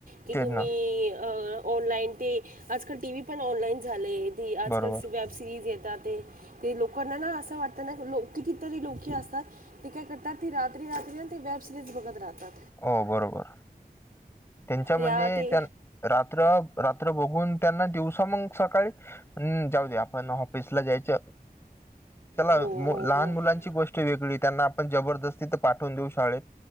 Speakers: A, on the right; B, on the left.
A: की
B: ते
A: तुम्ही
B: ना
A: अ ऑनलाईन ते आजकाल टी व्ही पण ऑनलाईन झाले ती आजकाल
B: बरोबर
A: स वेब सिरीज येतात ते ते लोकांना ना असं वाटतं ना लो कितीतरी लोक ही असतात ते काय करतात ती रात्री-रात्री ते वेब सिरीज बघत राहतात.
B: हो बरोबर त्यांच्या म्हणजे
A: या ते
B: त्यां रात्र-रात्र बघून त्यांना दिवसा मंग सकाळी‌ पण जाऊ दे आपण ऑफिसला जायच चला
A: हो
B: मु
A: हो
B: लहान
A: हो
B: मुलांची गोष् टी वेगळी त्यांना आपण जबरदस्ती पाठवून देऊ शाळेत